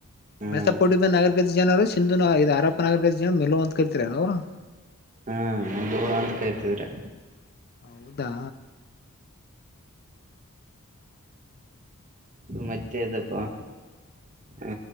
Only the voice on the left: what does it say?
ಮಸಪೋಟಿ ನಗರ ಜನರು ಸಿಂಧು ಇದು ಅರಪ್ಪ ನಗರ ಮೇಲೋ ಬಂತ ಕತ ರನ ರ
ಹೌದಾ